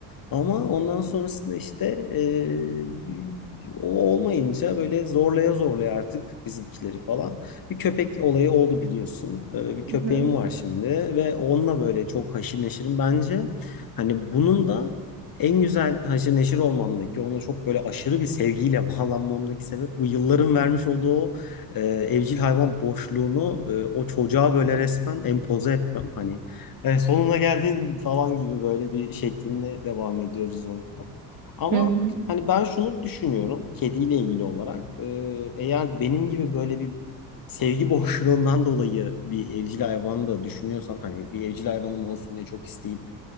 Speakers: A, on the left; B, on the right.
A: Ama ondan sonrasında işte e, o olmayınca böyle zorlaya zorlaya artık bizimkileri falan. Bir köpek olayı oldu biliyorsun. E, bir
B: Hı
A: köpeğim
B: hı. Hı
A: var şimdi ve onunla böyle çok haşır neşirim. Bence hani bunun da en güzel haşır neşir olmamdaki, ona çok böyle aşırı bir sevgiyle <laughs> bağlanmamdaki sebep bu yılların vermiş olduğu o e, evcil hayvan boşluğunu e, o çocuğa böyle resmen empoze etmem. Hani "E, sonuna geldin falan gibi böyle bir şeklinde devam ediyoruz onu. Ama
B: hı. <laughs>
A: hani ben şunu düşünüyorum kediyle ilgili olarak. E, eğer benim gibi böyle bir sevgi <laughs> boşluğundan dolayı bir evcil hayvan da düşünüyorsan hani bir evcil hayvanım olsun diye çok isteyip